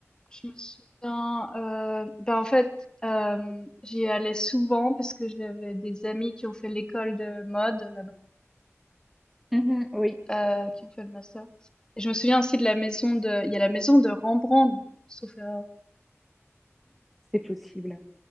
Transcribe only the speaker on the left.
Je me souviens, heu, bah, en fait, hem, j'y allais souvent parce que j'avais des amis qui ont fait l'école de mode
là-bas, heu, qui ont fait le master et je me souviens aussi de la maison de il y a la maison de Rembrandt, sauf erreur.